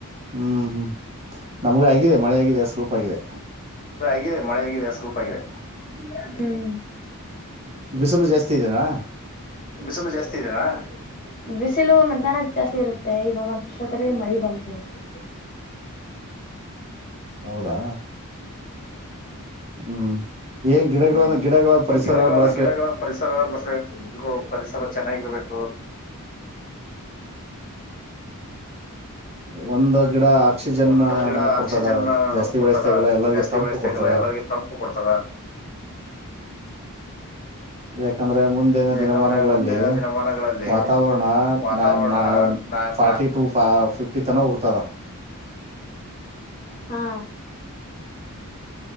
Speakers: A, on the right; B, on the left.
A: ಹ್ಮ್ ಹು. ನಮ್ಗ್ ಆಗಿದೆ ಮಳೆ ಆಗಿದೆ ಸ್ವಲ್ಪ ಆಗಿದೆ.
B: ಈಗ್ ಆಗಿದೆ ಮಳೆ ಆಗಿದೆ ಸ್ವಲ್ಪ ಆಗಿದೆ, ಹ್ಮ.
A: ಬಿಸಲು ಜಾಸ್ <unintelligible>
B: ಬಿಸಲು ಜಾಸ್ತಿ ಇದೆನಾ? ಬಿಸಿಲು ಮತ್ <unintelligible> ಜಾಸ್ತಿ ಇರುತ್ತೆ ಇವಾಗ್ ಇಷ್ಟೊತ್ತಲ್ಲಿ ಮಳಿ ಬಂದ್ ಇರುತ್ತೆ.
A: ಹೌದಾ? ಹ್ಮ್ ಏನ್ ಗಿಡಗಳನ್ನ
B: ಹ್ಮ್
A: ಗಿಡಗಳ ಪರಿಸರ
B: ಏನ್ ಗಿಡಗಳನ್ನ
A: ಬೆಳಸ್ಬೇಕ್
B: ಗಿಡಗಳ ಪರಿಸರ <unintelligible> ಗೋ ಪರಿಸರ ಚೆನ್ನಾಗಿರ್ಬೇಕ್
A: ಒಂದ ಗಿಡ ಆಕ್ಸಿಜನ್
B: ಒಂದ ಗಿಡ
A: ನಮ್ ಕೊಡ್ತದ
B: ಆಕ್ಸಿಜನ್
A: ಜಾಸ್ತಿ
B: ನಮ್ಗ್ ಕೊಡ್ತದ
A: ಬೆಳೆಸ್ದಾಗೆಲ್ಲ ಎಲ್ಲರಿಗ
B: ಜಾಸ್ತಿ
A: ತಂಪು
B: ಬೆಳೆಸ್ದಾಗೆಲ್ಲ
A: ಕೊಡ್ತದ.
B: ಎಲ್ಲರಿಗ ತಂಪು ಕೊಡ್ತದ
A: <unintelligible> ಯಾಕಂದ್ರೆ ಮುಂದಿನ
B: ಯಾಕಂದ್ರೆ
A: ದಿನಮಾನಗಳಲ್ಲಿ
B: ಮುಂದಿನ ದಿನಮಾನಗಳಲ್ಲಿ
A: ವಾತಾವರಣ
B: ವಾತಾವರಣ
A: ನಾನ್ ನಾ
B: ನಾ
A: ಫಾರ್ಟಿ
B: ನಾ
A: ಟು ತ ಫಿಫ್ಟಿ ತನ ಹೋಗ್ತದ.
B: ಹಾ